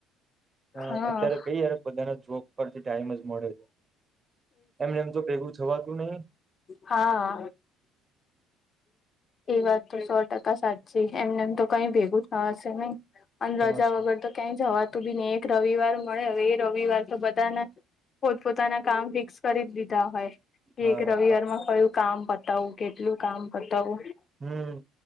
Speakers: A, on the right; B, on the left.
A: હ
B: હા
A: અત્યારે કઈય બધાના જોબ. પરથી ટાઈમ જ મળે છે એમને એમ તો ભેગું થવાતું નહીિ.
B: હા. એ વાત તો સો ટકા સાચી એમને એમ તો કઈ ભેગું થવા હશે નઈ. અને
A: થવાશે
B: રજા વગર તો ક્યાંય જવાતું બી નહી એક રવિવાર મળે હવે એ રવિવાર તો બધાને. પોતપ પોતાના કામ ફિક્સ કરી જ દીધા હોય કે
A: હા
B: એક રવિવારમાં
A: હા
B: કયું કામ બતાવું. કેટલું કામ કરતાવું.
A: હમ પણ